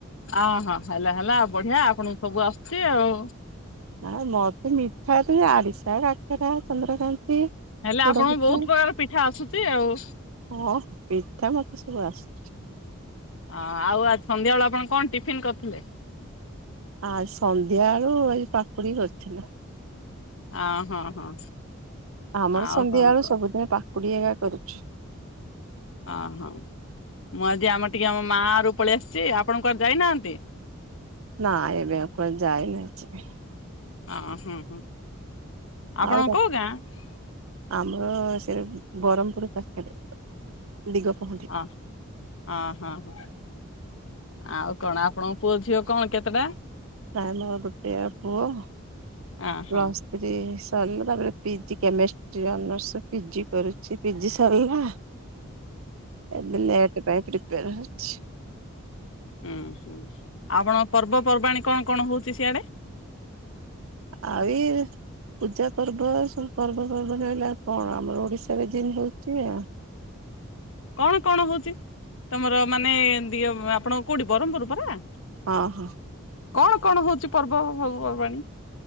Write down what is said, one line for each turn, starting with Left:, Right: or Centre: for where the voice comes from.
Left: ଅହଁ ହେଲା ହେଲା ଆଉ ବଢିଆ ଆପଣଙ୍କୁ ସବୁ ଆସୁଛି ଆଉ।
Right: ନା ମତେ ମିଠା ତ ଆଡିଶା, କାକରା, ଚନ୍ଦ୍ରକାନ୍ତି।
Left: ହେଲେ
Right: ପୋଡ
Left: ଆପଣଙ୍କୁ
Right: ପିଠା
Left: ବହୁତ ପ୍ରକାର ପିଠା ଆସୁଛି ଆଉ।
Right: ହଁ ପିଠା ମତେ ସବୁ ଆସୁଛି।
Left: ଅଁ ଆଉ ଆଜ ସନ୍ଧ୍ୟାବେଳେ ଆପଣ କଣ ଟିଫିନ୍ କରିଥିଲେ?
Right: ଆ ସନ୍ଧ୍ୟା ବେଳୁ ଏ ପାକୁଡି କରିଥିଲୁ।
Left: ଆଁ ହୋ ହଁ।
Right: ଆମର
Left: ଆଉ
Right: ସନ୍ଧ୍ୟା
Left: କଣ
Right: ବେଳୁ
Left: କଣ
Right: ସବୁଦିନ ପାକୁଡି ଏଗା କରୁଛି।
Left: ଅହୋ ମୁଁ ଆଜି ଆମର ଟିକେ ଆମ ମା ର ପଳେଇ ଆସିଛି ଆପଣଙ୍କଣ ଯାଇନାହାନ୍ତି?
Right: ନା ଏବେ ଆଉ କୁଆଡେ ଯାଇନି ଅଛି।
Left: ଅ ହୁଁ ହୁଁ ଆପଣଙ୍କ
Right: ଆଉ
Left: କଉ ଗାଁ?
Right: ଆମର ସେ ବ୍ରରହ୍ମପୁର ପାଖରେ ଦିଗ ପହଣ୍ଡି।
Left: ହଁ ଆଁ ହଁ ହଁ। ଆଉ କଣ ଆପଣଙ୍କ ପୁଅ ଝିଅ କଣ କେତେଟା?
Right: ପ୍ରାଇମର ଗୋଟେ ପୁଅ୍
Left: ଅ ହଁ
Right: ପ୍ଲସ ପ ସରିଲା ତାପରେ ପିଜି କେମିଷ୍ଟି ର୍ ପିଜି କରୁଛି ପିଜି ସରିଗଲା।
Left: ହ <inaudible>
Right: ଏବେ ଲେଟ ପାଇଁ ପ୍ରିପେୟର ହୋଇଛି।
Left: ଉୁଁ ହୁଁ ଆଉପଣ ପର୍ବପର୍ବାଣି କଣ କଣ ହଉଛି ସିଆଡେ?
Right: ଆଉ ଏ ପୂଜା ପର୍ବ ସବୁ ପର୍ବ ପର୍ବଣୀ ହେଲା କଣ ଆମର ଓଡିଶା ଜିନ ହେଉଛି ଆଉ?
Left: <inaudible> କଣ କଣ ହଉଛି ତମର ମାନେ ଦି ଆପଣଙ୍କ କୋଉଠି ବ୍ରରହ୍ମପୁର ପରା?
Right: ହଁ ହଁ।
Left: କଣ କଣ ହଉଛି ପର୍ବ ସବୁ ପର୍ବାଣୀ?